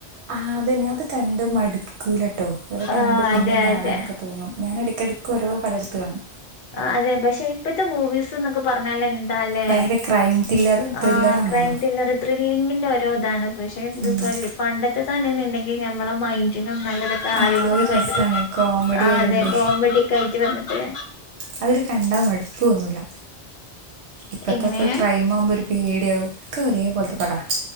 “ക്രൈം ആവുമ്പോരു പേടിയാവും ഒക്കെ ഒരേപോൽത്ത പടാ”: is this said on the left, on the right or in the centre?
Right